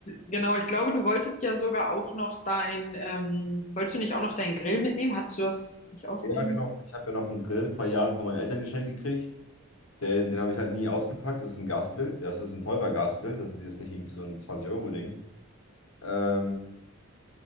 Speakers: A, on the left; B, on the left.
A: Genau, ich glaube, du wolltest ja sogar auch noch dein, ähm, wolltest du nicht auch noch deinen Grill mitnehmen? Hattest du das nicht auch
B: Ja,
A: irgendwie?
B: genau. Ich habe ja noch einen Grill vor Jahren von meinen Eltern geschenkt gekriegt. Den, den habe ich halt nie ausgepackt. Das ist ein Gasgrill. Ja, Das ist ein teurer Gasgrill. Das ist jetzt nicht irgendwie so ein 20-Euro-Ding. Ähm,